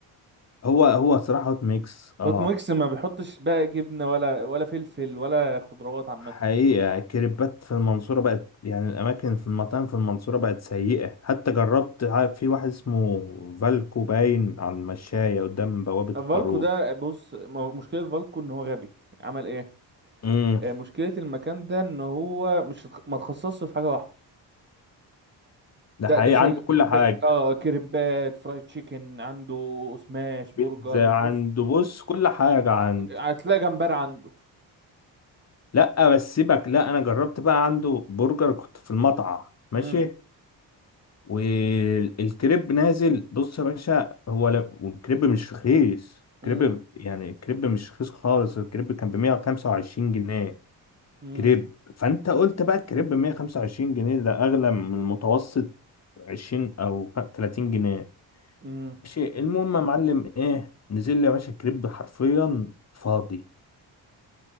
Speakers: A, on the left; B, on the right.
A: هو هو صراحة هوت ميكس
B: فوت
A: اه
B: ميكس ما بيحطش بقى جبنه ولا ولا فلفل ولا خضروات عامه
A: حقيقة الكريبات في المنصورة بقت يعني الأماكن في المطاعم في المنصورة بقت سيئة حتى جربت عارف في واحد اسمه فالكو باين على المشاية قدام بوابة
B: فالكو
A: البارون
B: ده بص م- مشكله فالكو ان هو غبي عمل ايه
A: امم
B: آه، مشكله المكان ده ان هو مش اتخ- ما اتخصصش في حاجه واحده
A: ده
B: ده
A: حقيقي
B: ده شغ...
A: عنده كل حاجة
B: شغ... اه كريبات فرايد تشيكن عنده سماش برجر
A: بيتزا
B: وبص
A: عنده بص كل حاجة عنده
B: هتلاقي جمبري عنده
A: لأ بس سيبك لأ أنا جربت بقى عنده برجر كنت في المطعم ماشي
B: امم
A: والكريب نازل بص يا باشا هو لا والكريب مش رخيص
B: امم
A: كريب يعني الكريب مش رخيص خالص الكريب كان ب 125 جنيه
B: امم
A: كريب فانت قلت بقى الكريب ب 125 جنيه ده اغلى من المتوسط 20 او 30 جنيه
B: امم
A: ماشي المهم يا معلم ايه نزل لي يا باشا الكريب حرفيا فاضي